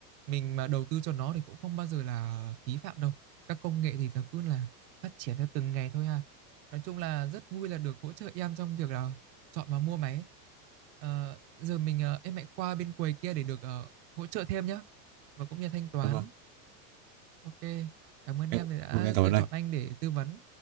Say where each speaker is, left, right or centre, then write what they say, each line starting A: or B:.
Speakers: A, on the right; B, on the right.
A: Mình mà đầu tư cho nó thì cũng không bao giờ là phí phạm đâu. Các công nghệ thì nó cứ là phát triển theo từng ngày thôi à. Nói chung là rất vui là được hỗ trợ em trong việc là chọn và mua máy. Ờ, giờ mình ờ, em hãy qua bên quầy kia để được ờ, hỗ trợ thêm nhé Và cũng như thanh toán.
B: Vâng,
A: Ok. Cảm ơn
B: em,
A: em đã
B: vâng, em cảm
A: lựa
B: ơn
A: chọn
B: anh.
A: anh để tư vấn.